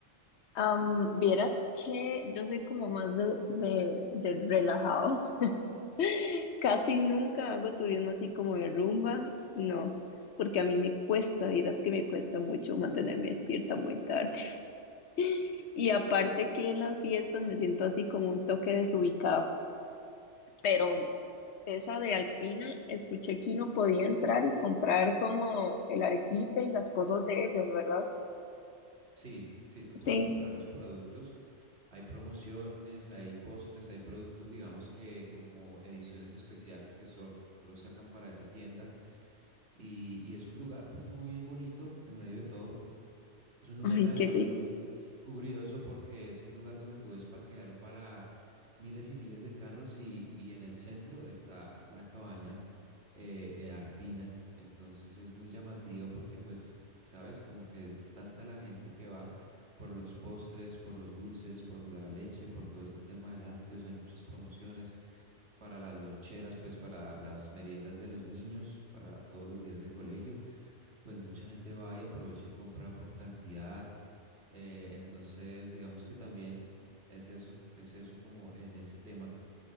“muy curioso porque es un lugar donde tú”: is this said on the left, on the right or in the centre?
Right